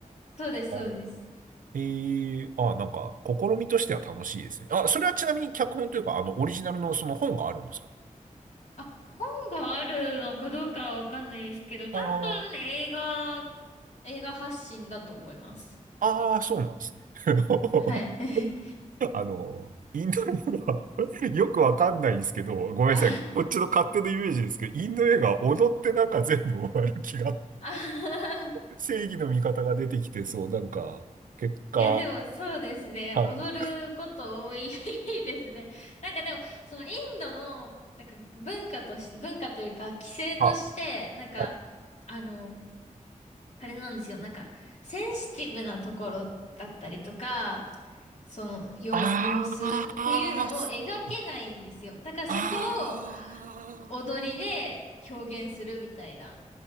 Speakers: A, on the left; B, on the right.
A: そうです、そうです。
B: あ。ええあ、なんか、試みとしては楽しいですね。あ、それはちなみに脚本というか、あの、オリジナルのその本があるんですか
A: あ、本があるのかどうかはわかんないですけど、多
B: ああー、
A: 分映画、映画発信だと思います。
B: ああそうなんですね。<laughs>
A: はい。<laughs>
B: あの、インド映画 <laughs> よくわかんないですけど、ごめんなさい。
A: あ、
B: こっちの勝手なイメージですけど、インド映画、踊ってなんか全部終わる気が、
A: あ、
B: 正義の味方が出てきて、そう、なんか、結果、
A: いや、でもそうですね。
B: はい。
A: 踊ること多い <laughs> ですね。なんかでも、そのインドの、なんか文化として、文化というか、規制として、
B: あ、
A: なんか、
B: はい。
A: あの、あれなんですよ。なんか、センシティブなところだったりとか、その、よ、
B: ああ、
A: 様子っていうのを描けないんですよ。
B: ああ、そっか
A: だからそこを
B: ああ。
A: 踊りで表現するみたいな。